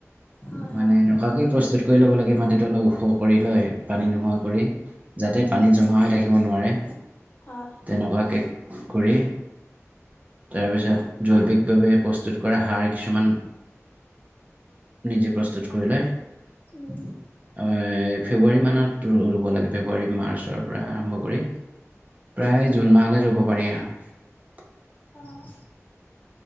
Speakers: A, on the left; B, on the right.
A: হয়,
B: মানে
A: হয়,
B: এনেকুৱাকে প্ৰস্তুত কৰি ল'ব লাগে মাটিটো অলপ ওখ কৰি লৈ পানী নোহোৱা কৰি যাতে
A: উম,
B: পানী জমা হৈ থাকিব নোৱাৰে
A: হয়,
B: তেনেকুৱাকৈ কৰি তাৰপিছত জৈৱিকভাৱে প্ৰস্তুত কৰা সাৰ কিছুমান নিজে প্ৰস্তুত কৰি লৈ
A: উম,
B: অ ফেব্ৰুৱাৰী মানত ৰুব লাগে ফেব্ৰুৱাৰী মাৰ্চৰ পৰা আৰম্ভ কৰি প্ৰায় জুন মাহলৈ ৰুব পাৰি আৰু
A: আহ